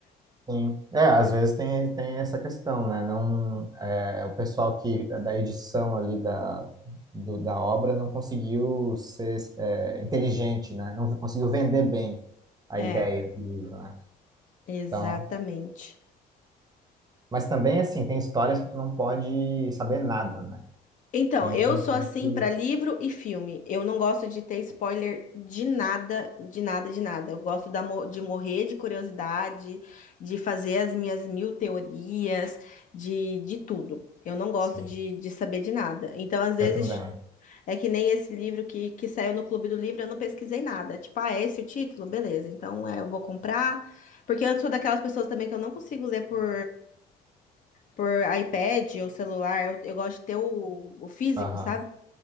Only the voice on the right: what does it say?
Sim. É, às vezes tem, tem essa questão, né? Não, é, o pessoal que da edição ali da, do- da obra não conseguiu ser é, inteligente, né? Não conseguiu vender bem a
ideia do livro, né?
Então, mas também, assim, tem histórias que tu não pode saber nada, né?
Tem
alguns
livros
que...
Sim,
eu também.
Aham.